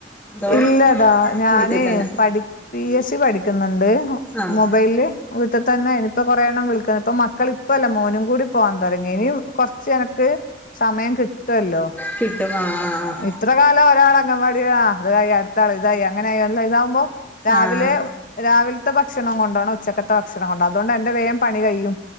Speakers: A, in the centre; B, on the left.
A: അതോ
B: ഇല്ലടാ ഞാന്
A: വീട്ടിൽ തന്നെ
B: പഠി പി എസ് സി പഠിക്കുന്നുണ്ട്
A: ആഹ്
B: മൊബൈലില് വീട്ട് തന്നെ ഇനിയിപ്പ കൊറെ എണ്ണം വിളിക്കുന്നത് ഇപ്പ മക്കള ഇപ്പല്ല മോനും കൂടി പോവാൻ തൊടങ്ങി ഇനി കൊറച്ച് എനക്ക് സമയം കിട്ടുവല്ലോ
A: കിട്ടും ആഹ് ആഹ് ആഹ്
B: ഇത്ര കാലം ഒരാൾ അംഗൻവാടി ആഹ് അത് കഴിഞ്ഞ് അടുത്താളതായി അങ്ങനെ ആയി എല്ലാം ഇതാവുമ്പോ രാവിലെ
A: ആഹ് ആഹ്
B: രാവിൽത്തെ ഭക്ഷണം കൊണ്ടോണം ഉച്ചക്കത്തെ ഭക്ഷണം കൊണ്ടാ അതുകൊണ്ട് എന്റെ വേം പണി കഴിയും